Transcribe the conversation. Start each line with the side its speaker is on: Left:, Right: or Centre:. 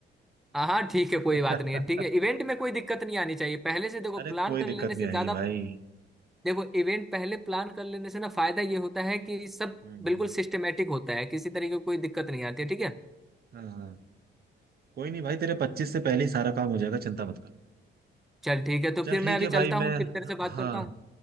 Centre: हाँ हाँ ठीक
Right: <laughs>
Centre: है कोई बात नहीं है ठीक है इवेंट में कोई दिक्कत नहीं आनी चाहिए पहले से देखो
Right: अरे
Centre: प्लान
Right: कोई
Centre: कर लेने
Right: दिक्कत
Centre: से
Right: नहीं आएगी
Centre: ज्यादा
Right: भाई
Centre: देखो इवेंट पहले प्लान कर लेने से ना फायदा ये होता है कि सब
Right: हम्म
Centre: बिल्कुल
Right: हम्म,
Centre: सिस्टमेटिक होता है किसी तरीके की कोई दिक्कत नहीं आती है ठीक है
Right: हाँ हाँ कोई नहीं भाई तेरे पच्चीस से पहले ही सारा काम हो जाएगा चिंता मत कर
Centre: चल ठीक है तो
Right: चल
Centre: फिर
Right: ठीक
Centre: मैं अभी
Right: है भाई
Centre: चलता
Right: मैं
Centre: हूँ फिर तेरे से बात
Right: हाँ
Centre: करता हूँ